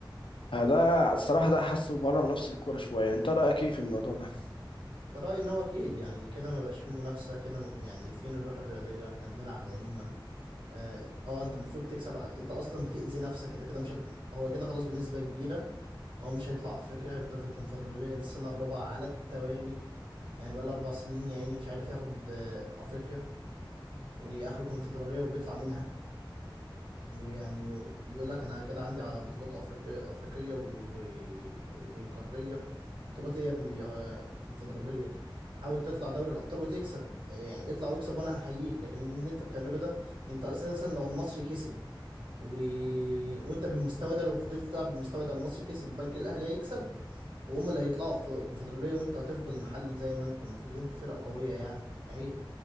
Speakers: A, on the left; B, on the right.
A: ده الصراحة ده حاسه بره منافسة الكورة شوية أنت رأيك إيه في الموضوع ده؟
B: ورأيي ان هو اكيد يعني كده ما بقاش فيه منافسه كده ما- يعني فين الروح الرياضيه احنا بنلعب عموما اه آه، انت المفروض تكسب ع- انت اصلا بتأذي نفسك انت كده مش هت... هو كده خلاص بنسبة كبيرة هو مش هيطلع افريقيا هيفضل في الكونفدرالية للسنة الرابعة على التوالي يعني بقى له اربع سنين يا عيني مش عارف ياخد آه، افريقيا واخره كونفدرالية وبيطلع منها ويعني وبيقول لك انا كده عندي على بطولات افريقية افريقية ود- و... وقارية بطولات ايه يا ابني دي آه، كونفدرالية حاول تطلع دوري الابطال وتكسب آه، يعني اطلع واكسب وانا هحييك لكن اللي انت بتعمله ده انت اساسا لو المصري كسب و... وانت بالمستوى ده لو فضلت تلعب بالمستوى ده المصري كسب البنك الاهلي هيكسب وهم اللي هيطلعوا في الكونفدراليه وانت هتفضل محلي زي ما انت المفروض انت فرقه قويه يعني عيب